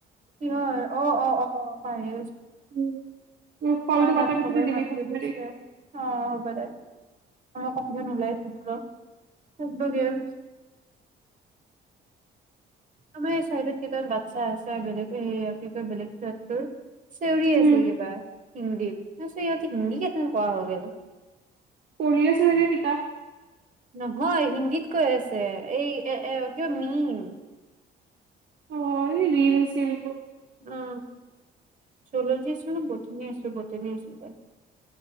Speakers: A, on the right; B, on the right.
A: কিহৰ অ অ অ পাৰি
B: উম। মোক কলটো
A: মা ভাত
B: কটাৰ পিছতে
A: খাবৰে
B: দিবি
A: মাতি
B: ফটো
A: দিছে
B: মাৰি
A: অ হ'ব দে অ কপিজন ওলাই আছো তাত বগ <unintelligible> <inaudible> আমাৰ এই চাইডত কেইটামান বাচ্ছা আছে বেলেগ কি কয় বেলেগ কিয় চেউৰি
B: উম
A: আছে কিবা হিন্দীত <unintelligible> ্চ ইহত হিন্দি কেথ পঢা হৈ গ
B: পঢ়ি আছে চাগে কিতাপ
A: নহয় হিন্দীত কৈ আছে এই এ এ কিবা মিম
B: অ এ ৰিল চিল বুৰ
A: অ চলি যছিল বতাহ মাৰি আছিল বতাহ মাৰি আছিলে